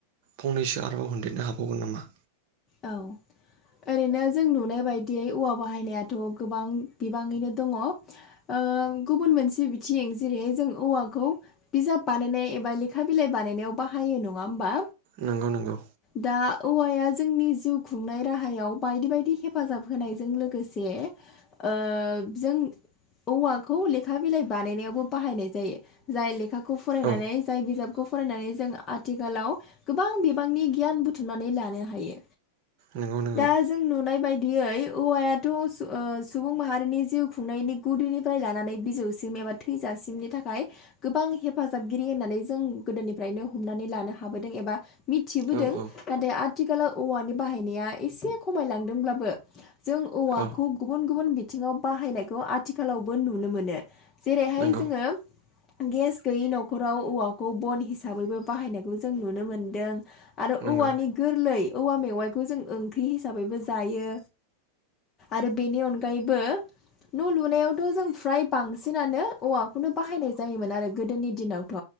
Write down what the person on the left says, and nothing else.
औ ओरैनो जों नुनाय बायदियै औवा बाहायनायाथ' गोबां बिबाङैनो दङ ओ गुबुन मोनसे बिथिं जेरैहाय जों औवाखौ बिजाब बानायनाय एबा लेखा बिलाइ बानायनायाव बाहायो नङा होमबा।
दा औवाया जोंनि जिउ खुंनाय राहायाव बायदि -बायदि हेफाजाब होनायजों लोगोसे ओ जों औवाखौ लेखा बिलाइ बानायनायावबो बाहायनाय जायो। जाय लेखाखौ फरायनानै
जाय बिजाब फरायनानै जों आथिखालाव गोबां बिबांनि गियान बुथुमनानै लानो हायो।
दा जों नुनाय बायदियै औवायाथ' सु-सुबुं माहारिनि जिउ खुंनायनि गुदिनिफ्राय लानानै बिजौसिम एबा थैजासिमनि थाखाय गोबां हेफाजाबगिरि होननानै जों गोदोनिफ्रायनो हमनानै लानो हाबोदों एबा मिथिबोदों
नाथाय आथिखालाव औवानि बाहायनाया एसे खमायलांदोंब्लाबो जों औवाखौ
गुबुन गुबुन बिथिङाव बाहायनायखौ आथिखालावबो नुनो मोनो। जेरैहाय
जोङो गेस गैयै न'खराव औवाखौ बन हिसाबैबो बाहायनायखौ जों नुनो मोनदों। आरो
औवानि गोरलै औवा मेवाइखौ जों ओंख्रि हिसाबैबो जायो। आरो बेनि अनगायैबो न' लुनायावथ' जों फ्राय बांसिनानो औवाखौनो बाहायनाय जायोमोन आरो गोदोनि दिनावथ'।